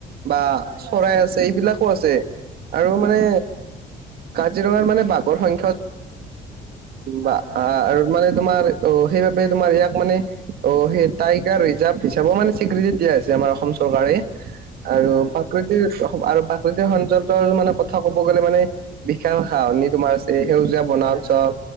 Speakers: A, on the right (about 65°); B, on the right (about 85°).
A: বা
B: হয় হয়
A: চৰাই আছে এইবিলাক আছে আৰু
B: হয়
A: মানে কাজিৰঙাত মানে বাঘৰ সংখ্যা
B: হয়
A: বা
B: হয়
A: আৰু মানে তোমাৰ অ সেইবাবে তোমাৰ ইয়াক মানে অ সেই টাইগাৰ ৰিজাৰ্ভ হিচাপেও মানে স্বীকৃতি দিয়া হৈছে আমাৰ অসম চৰকাৰে
B: হয়
A: আৰু
B: হয়
A: প্ৰাকৃতিৰ আৰু গোটেই সনযন্ত মানে কথা ক'ব গ'লে মানে বিশাল সাহানি তোমাৰ আছে সেউজীয়া বনাঞ্চল
B: হয়